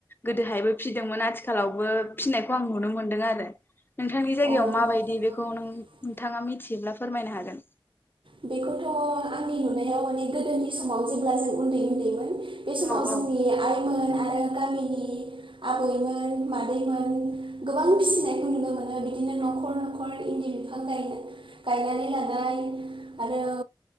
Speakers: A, on the left (about 20°); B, on the right (about 65°).
A: गोदोहायबो फिदोंमोन आथिखालावबो फिनायखौ आं नुनो मोनदों आरो नोंथांनि जायगायाव
B: दङ
A: माबायदि
B: नामा
A: बेखौ
B: अ
A: नों-नोंथाङा मिथियोब्ला फोरमायनो हागोन।
B: बेखौथ' आंनि नुनायाव माने गोदोनि समाव जेब्ला जों उन्दै उन्दैमोन बे समाव
A: औ
B: जोंनि
A: औ
B: आइमोन आरो गामिनि आबैमोन मादैमोन गोबां फिसिनायखौ नुनो मोनो बिदिनो न'खर न'खर इन्दि बिफां गाय-गायनानै लानाय आरो